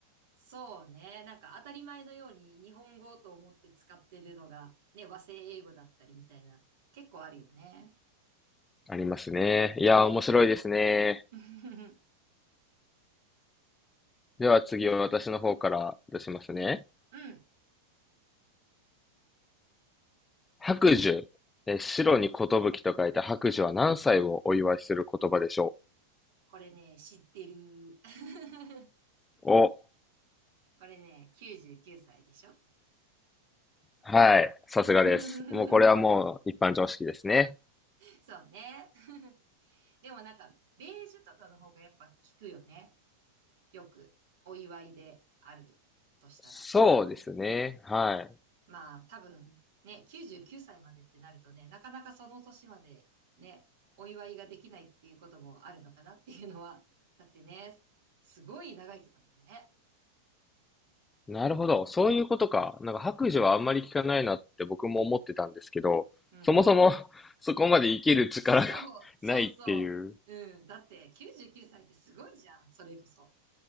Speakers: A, on the right; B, on the left.
A: そうね。なんか当たり前のように日本語と思って使ってるのがね、和製英語だったりみたいな、結構あるよね。
B: ありますね。いやー、
A: うん。
B: 面白いですね。
A: <laughs>
B: では次は私の方から出しますね。
A: うん。
B: 白寿。えー白に寿と書いた白寿は何歳をお祝いする言葉でしょ
A: <laughs> これね、知ってる。<laughs>
B: うお、
A: これね、99歳でしょ
B: はい。さすがです。
A: <laughs>
B: もうこれはもう一般常識ですね。
A: そうね。<laughs> でもなんか、ベージュとかの方がやっぱ効くよね。よく、お祝いであるとしたら。
B: そうですね。はい。
A: まあ、多分、ね、99歳までってなるとね、なかなかその年までね、お祝いができないっていうこともあるのかなっていうのは。だってね、すごい長生きだもんね。
B: なるほど。そういうことか。なんか白寿はあんまり聞かないなって僕も思ってたんですけど、
A: うん。
B: そもそも <laughs> そこまで生きる力が
A: そう、
B: <laughs>
A: そうそう。
B: ないっていう。
A: うん。だって99歳ってすごいじゃん。それこそ。